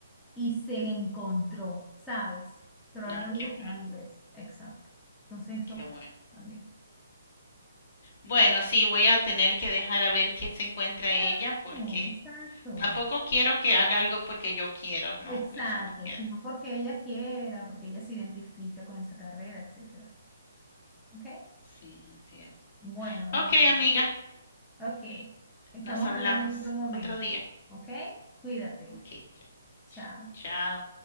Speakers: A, in the centre; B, on the left (about 45°).
A: y se encontró, ¿sabes? Pero a
B: Ah,
A: él no le
B: qué
A: gustaba
B: bueno,
A: inglés, exacto. Entonces eso
B: qué
A: pasa
B: bueno.
A: también.
B: Bueno, sí, voy a tener que dejar a ver qué se encuentra
A: Claro,
B: ella porque
A: exacto.
B: tampoco quiero que haga algo porque yo quiero, no,
A: Exacto,
B: eso no quiero.
A: sino porque ella quiera, porque ella se identifica con esa carrera, etcétera. ¿Ok?
B: Sí, así es.
A: Bueno, amiga.
B: Ok, amiga,
A: Ok. Estamos
B: nos hablamos
A: hablando en otro momento.
B: otro día.
A: ¿Ok? Cuídate.
B: Ok, ok.
A: Chao.
B: chao.